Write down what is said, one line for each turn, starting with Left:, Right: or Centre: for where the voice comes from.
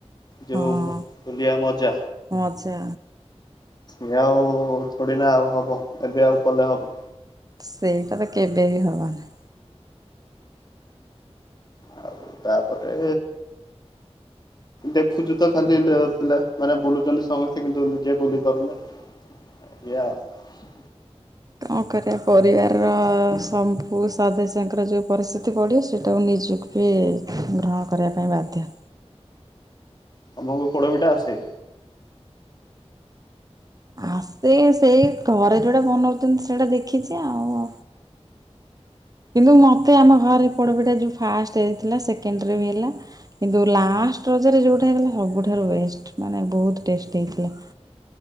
Left: ଯୋଉ
Right: ହଁ
Left: ବୁଲିବା ମଜା
Right: ମଜା।
Left: ଇଏ ଆଉ ଥୋଡି ନା ଆଉ ହବ। ଏବେ ଆଉ କଲେ ହବ।
Right: ସେଇଟା ତ କେବେ ବି ହବନି।
Left: ଆଉ ତାପରେ ଦେଖୁଛୁ ତ ଅ ଖାଲି ପିଲା ମାନେ ବୁଲୁଛନ୍ତି। ସମସ୍ତେ କିନ୍ତୁ ନିଜେ ବୁଲି ପାରୁନେ ଆଉ।
Right: କଣ କରିବା ପରିବାରର ସମ୍ପୁ ସଦସ୍ୟଙ୍କର ଯେଉଁ ପରିସ୍ଥିତି ପଡ଼ିବ। ସେଇଟାକୁ ନିଜକୁ ବି ଗ୍ରହଣ କରିବା ପାଇଁ ବାଧ୍ୟ।
Left: ତମକୁ ପୋଡ ପିଠା ଆସେ।
Right: ଆ ସେଇ ସେଇ ଘରେ ଯୋଉଟା ବନଉଛନ୍ତି ସେଇଟା ଦେଖିଛି ଆଉ। କିନ୍ତୁ ମୋତେ ଆମ ଘରେ ପୋଡ଼ପିଠା ଯେଉ ଫାଷ୍ଟ ହେଇଥିଲା। ସେକେଣ୍ଡରେ ବି ହେଲା। କିନ୍ତୁ ଲାଷ୍ଟ ରଜରେ ଯେଉଟା ହେଇଥିଲା ସବୁଠାରୁ ବେଷ୍ଟ ମାନେ ବହୁତ ଟେଷ୍ଟ ହେଇଥିଲା।